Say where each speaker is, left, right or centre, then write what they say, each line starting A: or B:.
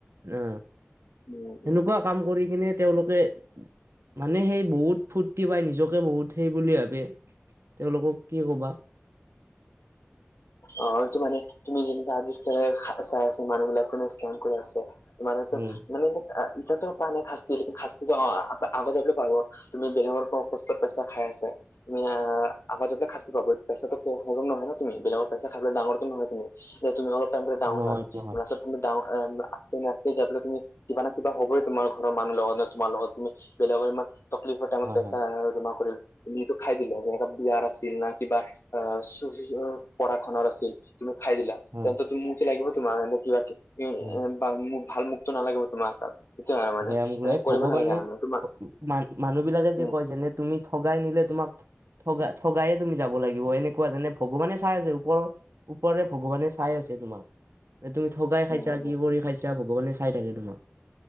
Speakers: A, on the right (about 80°); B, on the left (about 80°).
A: আহ
B: উম
A: হেনেকুৱা কাম কৰি কিনে তেওঁলোকে মানে সেই বহুত ফূৰ্তি পায় নিজকে বহুত সেই বুলি ভাবে তেওঁলোকক কি কবা
B: অ হয়টো মানে তুমি যেনেকা চাই আছে মানুহ বিলাক কোনো স্কেম কৰি আছে মানেতো
A: উম
B: মানে ইতাতো পোৱা নাই শাস্তি শাস্তিটো আগত যাবলৈ পাব তুমি বেলেগৰ পৰা কষ্টৰ পইচা খাই আছা তুমি আহ <unintelligible> আগজাগলে খাচী পাব পেচাটো হজম নহয় ন তুমি বেলেগত পইচা খাবলৈ ডাঙৰটো নহয় তুমি যে তুমি অলপ টাইম কৰি ডাঙৰ
A: নহয়
B: হয়
A: নহয়
B: লাষ্টত তুমি ডাঙৰ আচতে না আচতে যাবলৈ তুমি কিবা না কিবা হবই তোমাৰৰ মানুহ লগত ন তোমাৰ লগত তুমি বেলেগৰ ইমান তকলিফৰ টাইমত
A: হয়
B: পইচা
A: হয়
B: জমা কৰিল তুমিটো খাই দিলে যেনেকা বিয়াৰ আছিল না কিবা অ চ পঢ়া-শুনাৰ আছিল তুমি খাই দিলা
A: হয়
B: তেন্তে তুমিও মোৰটো লাগিব তোমাৰ এনে কিবা
A: উম
B: ভাল মুখটো নালাগিব তোমাৰ তাত সেইটোয়ে আৰু মানে
A: বেয়া মোক
B: এনে
A: লাগে
B: কৰিব
A: ভগৱানে
B: নালাগে আৰু মানে তোমাক
A: মান মানুহ বিলাকে
B: উম
A: যে কয় যেনে তুমি ঠগাই নিলে তোমাক ঠগা ঠগায়ে তুমি যাব লাগিব এনেকুৱা যোনে ভগৱানে চাই আছে ওপৰৰ ওপৰে ভগৱানে চাই আছে তোমাক এই তুমি ঠগাই খাইছা
B: উম
A: কি কৰি খাইছা ভগৱানে চাই থাকে তোমাক